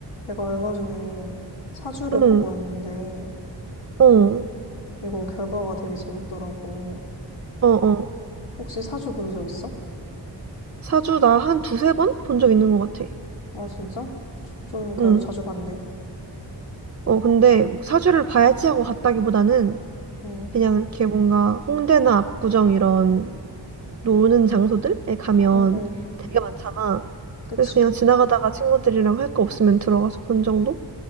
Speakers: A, on the left (about 80°); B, on the right (about 35°).
A: 내가 얼마 전에 사주를
B: 응,
A: 보고 왔는데,
B: 어, 어,
A: 이거 결과가 되게 재밌더라고.
B: 어.
A: 혹시 사주 본 적 있어?
B: 사주 나 한 두세 번 본 적 있는 것 같아.
A: 아, 진짜? 좀 그래도
B: 응.
A: 자주 봤네.
B: 어, 근데 사주를 봐야지 하고 갔다기보다는
A: 응,
B: 그냥 이렇게 뭔가 홍대나 압구정 이런 노는 장소들에 가면
A: 응, 응,
B: 되게 많잖아.
A: 그치.
B: 그래서 그냥 지나가다가 친구들이랑 할 거 없으면 들어가서 본 정도?